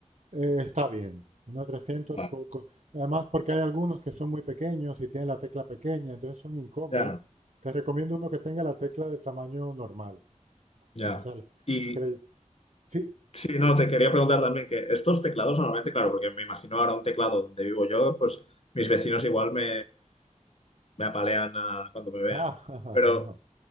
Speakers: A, on the right (about 65°); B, on the left (about 50°).
A: Eh, está bien, unos 300.
B: vale,
A: co- Además, porque hay algunos que son muy pequeños y tienen la tecla pequeña, entonces son incómodos.
B: ya,
A: Te recomiendo uno que tenga la tecla de tamaño normal.
B: ya.
A: Que, o sea, le-
B: Y,
A: que le- sí,
B: Sí, no, te quería preguntar también que estos teclados normalmente, claro, porque me imagino ahora un teclado donde vivo yo, pues mis vecinos igual me, me apalean ah, cuando me vean.
A: ah,
B: Pero,
A: <laughs> no,